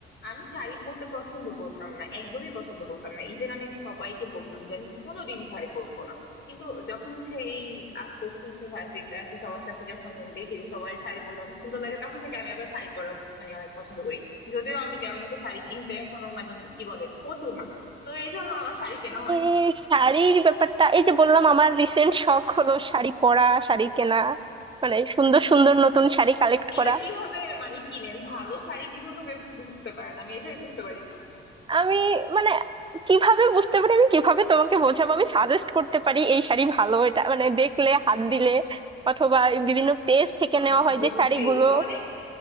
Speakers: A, on the left; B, on the right.
A: আমি শাড়ি পরতে পছন্দ করতাম না একদমই পছন্দ করতাম না ইভেন আমি সবাইকে বলতাম যে আমি কোনোদিনই শাড়ি পরবো না কিন্তু যখন হচ্ছে এই আস্তে আস্তে হচ্ছে ভার্সিটিতে আসি সবার সাথে যখন দেখি যে সবাই শাড়ি পরলে অনেক সুন্দর লাগে তখন থেকে আমি আবার শাড়ি পরা মানে অনেক পছন্দ করি যদিও আমি তেমন একটা শাড়ি কিনতে এখনো মানে কি বলে পটু না তো এই জন্য আমার শাড়ি কেনা হয়
B: এ,
A: না
B: শাড়ির ব্যাপারটা এই যে বললাম আমার রিসেন্ট শখ হলো শাড়ি পরা শাড়ি কেনা মানে সুন্দর সুন্দর নতুন শাড়ি কালেক্ট
A: এটা
B: করা
A: কিভাবে মানে কিনেন ভালো শাড়ি কিভাবে বুঝতে পারেন আমি এটাই বুঝতে পারি না
B: আমি মানে কিভাবে বুঝতে পারি আমি কিভাবে তোমাকে বোঝাবো আমি সাজেস্ট করতে পারি এই শাড়ি ভালো এটা মানে দেখলে হাত দিলে অথবা এই বিভিন্ন পেজ থেকে
A: আহ,
B: নেওয়া হয়
A: বুঝছি
B: যে শাড়িগুলো
A: অনেক